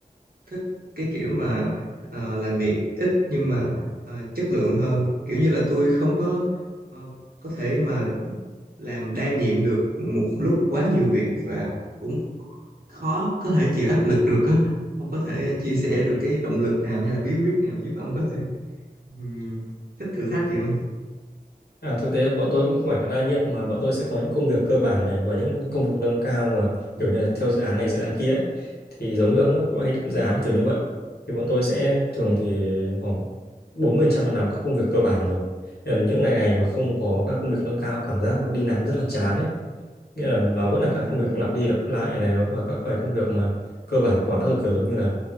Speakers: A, on the right; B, on the left.
A: thích cái kiểu mà ờ, làm việc ít nhưng mà ờ, chất lượng hơn kiểu như là tôi không có ờ, có thể mà làm đa nhiệm được một lúc quá nhiều việc và cũng khó có thể chịu áp lực được á ông có thể ờ, chia sẻ được cái động lực nào hay là bí quyết nào giúp ông có thể ừm, thích thử thách gì không
B: À, thực tế bọn tôi cũng không phải đa nhiệm mà bọn tôi sẽ có những công việc cơ bản này và những công việc nâng cao mà kiểu như là theo dự án này dự án kia ấy. Thì giống như ông ấy, cũng hay định dự án kiểu như vậy thì bọn tôi sẽ thường thì khoảng 40% là làm các công việc cơ bản rồi Nên là những ngày ngày mà không có các công việc nâng cao cảm giác nó đi làm rất là chán ấy nghĩa là nó vẫn
A: À,
B: là các công việc lặp đi lặp lại này nó và các cái công việc mà cơ bản quá rồi kiểu giống như là